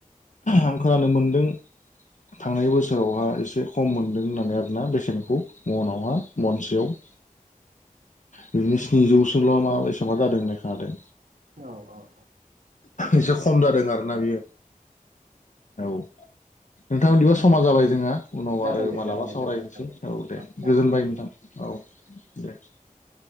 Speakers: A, on the left (about 60°); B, on the right (about 75°).
A: आं खोनानो मोनदों।
B: <inaudible>
A: थांनाय बोसोरावहा एसे खम मोनदों होननानै आरोना बेसेनखौ मनावहा मनसेयाव।
B: <inaudible>
A: बिदिनो स्निजौसोल नामाबा एसेबां जादों होननाय खोनादों।
B: औ-औ-औ।
A: एसे खम जादों आरो ना बियो औ। नोंथां बिदिबा समा जाबाय जोंहा। उनाव
B: जागोन
A: आरो
B: दे
A: मालाबा
B: जागोन दे
A: सावरायसै
B: नोंथां जागोन
A: औ दे
B: जागोन
A: गोजोनबाय
B: दे
A: नोंथां औ दे।